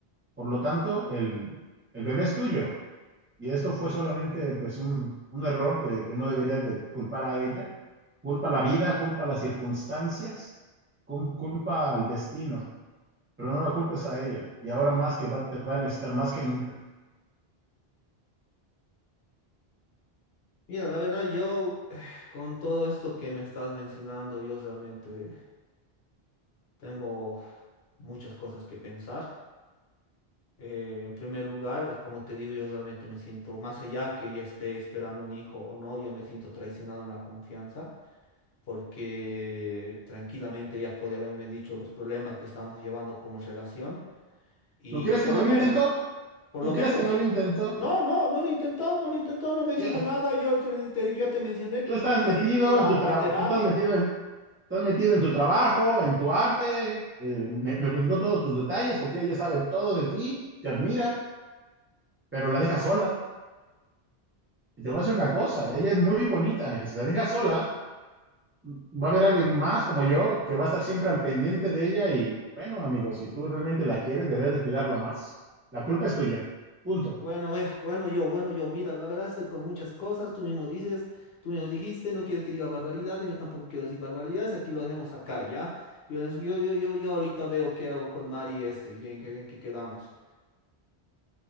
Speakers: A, on the right; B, on the left.
A: por lo tanto el, el bebé es tuyo. y esto fue solamente pues un, un error que, que, no deberías de culpar a ella. Culpa la vida, culpa las circunstancias, culpa al destino, pero no la culpes a ella. Y ahora más que va, te va a necesitar más que nunca.
B: Mira, la verdad yo <sighs> eh, con todo esto que me estás mencionando, yo realmente tengo muchas cosas que pensar. Eh, en primer lugar, es como te digo, yo realmente me siento, más allá que ya esté esperando un hijo o no, yo me siento traicionado en la confianza, porque tranquilamente ella podría haberme dicho los problemas que estamos llevando como relación. Y
A: ¿Tú crees
B: por
A: que no
B: lo
A: lo
B: menos,
A: intentó?
B: por
A: ¿Tú
B: lo
A: crees
B: menos.
A: que no lo intentó?
B: No, no, no lo intentó, no lo intentó, no me
A: Tú
B: dijo nada. Yo te, te, ya te mencioné que
A: estás
B: incluso le
A: metido
B: dije de ir a,
A: en tu tra
B: a terapia.
A: tú estás metido en, estás metido en tu trabajo, en tu arte, eh, me, me platicó todos tus detalles porque ella sabe todo de ti, te admira, pero la deja sola Y te voy a decir una cosa, ella es muy bonita y si la dejas sola, va a haber alguien más como yo que va a estar siempre al pendiente de ella y bueno, amigo, si tú realmente la quieres, deberás de cuidarla más. La culpa es tuya. Punto.
B: Bueno, ve, bueno, yo, bueno, yo, mira, la verdad estoy con muchas cosas, tú mismo dices, tú mismo dijiste, no quieres que diga barbaridades, yo tampoco quiero decir barbaridades, aquí lo dejemos acá, ¿ya? Yo, yo, yo, yo, yo ahorita veo qué hago con Mari este y en qué en qué quedamos.